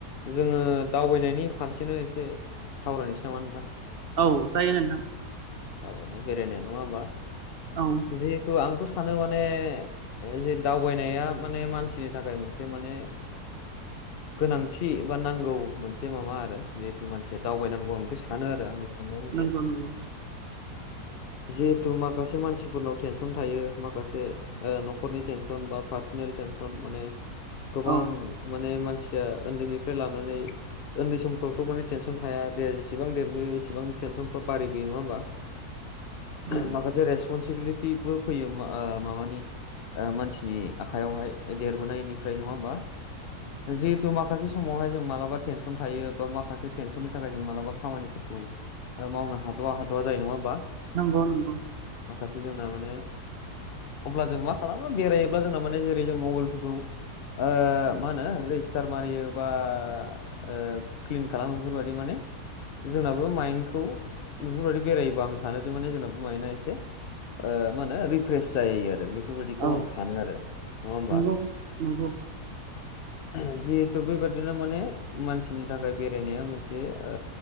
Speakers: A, on the left; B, on the right.
A: जोङो दावबायनायनि फारसेनो एसे सावरायनोसै नामा नोंथां
B: औ जायो नोंथां
A: दावबायनाय बेरायनाय नङा होमबा?
B: औ
A: जिहेतु आंथ' सानो माने जे दावबायनाया माने मानसिनि थाखाय मोनसे माने गोनांथि बा नांगौ मोनसे माबा आरो जिथु मानसिया दावबायनांगौ <unintelligible> सानो आरो आंनि साननाय मथे।
B: नंगौ नंगौ
A: जिहेथु माखासे मानसिफोरनाव टेनसन थायो माखासे ओ न'खरनि टेनसन बा पार्सनेल टेनसन माने गोबां
B: औ
A: माने मानसि या उन्दैनिफ्राय लानानै उन्दै समफ्रावथ' माने टेनसन थाया देया जेसेबां देरबोयो एसेबां टेनसनफ्रा बारायबोयो नङा हो बा <unintelligible>
B: औ
A: माखासे रेसपनसिबिलिटिबो फैयो ओ माबानि ओ मानसिनि आखाइयावहाय देरबोनायनिफ्राय नङा होमबा। जिहेथु माखासे समावहाय जों मालाबा टेनसन थायो बा माखासे टेनसननि थाखाय जों मालाबा खामानिफोरखौ मावनो हाद'वा-हाद'वा जायो नङा होमबा।
B: नंगौ-नंगौ।
A: माखासे जोंना माने अब्ला जों मा खालामो बेरायोब्ला जोंना माने जेरै जों मबाइलफोरखौ ओ मा होनो रेजिस्टार मारियो बा ओ क्लिन खालामो बेफोरबायदि माने जोंनाबो माइन्दखौ बेफोरबायदि बेरायोबा आं सानो जे माने जोंङो माइन्डना एसे ओ मा होनो रिफ्रेस जायो आरो बेफोरबायदिखौ
B: औ
A: आं सानो आरो। नङा होमबा।
B: नंगौ नंगौ
A: <unintelligible> जिहेथु बेबादिनो माने मानसिनि थाखाय बेरायनाया मोनसे ओ